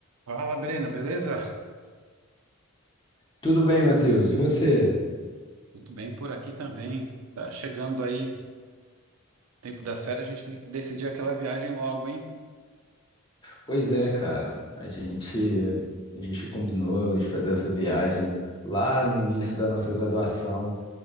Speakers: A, on the right; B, on the left.
A: Fala, Breno, beleza?
B: Tudo bem, Matheus? E você?
A: Tudo bem por aqui também. Tá chegando aí, tempo das férias, a gente tem que decidir aquela viagem logo, hein?
B: Pois é, cara. A gente a gente combinou de fazer essa viagem lá no início da nossa graduação